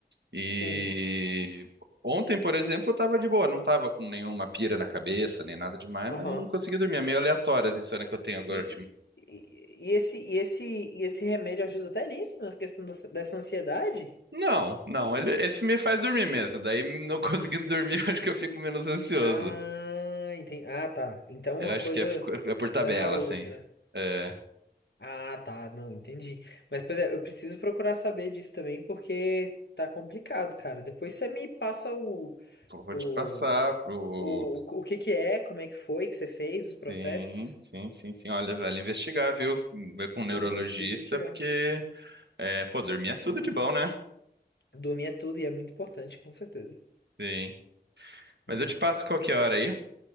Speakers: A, on the right; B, on the left.
A: E
B: sim,
A: ontem, por exemplo, eu tava de boa, não tava com nenhuma pira na cabeça, nem nada demais,
B: aham.
A: mas não consegui dormir. É meio aleatório as insônia que eu tenho agora,
B: E, e, e esse, e, esse, e esse remédio ajuda até nisso, na questão dessa dessa ansiedade?
A: Não, não, ele- esse me faz dormir mesmo. Daí, não conseguindo dormir, <laughs> eu acho que eu fico menos ansioso.
B: Ah, entendi. Ah, tá. Então
A: Eu
B: uma
A: acho
B: coisa
A: que é, por é por tabela,
B: leva a outra.
A: assim. É,
B: Ah, tá. Não, entendi. Mas, pois é, eu preciso procurar saber disso também, porque tá complicado, cara. Depois você me passa o,
A: vou
B: o,
A: te passar pro.
B: o, o que que é, como é que foi que você fez, os processos.
A: Sim, sim, sim, sim. Olha, vale investigar, viu? Ver
B: Sim,
A: com um neurologista,
B: porque eu preciso investigar.
A: porque, é, pô, dormir
B: Sim.
A: é tudo de bom, né?
B: Dormir é tudo e é muito importante, com certeza.
A: Sim. Mas
B: É.
A: eu te passo qualquer hora aí,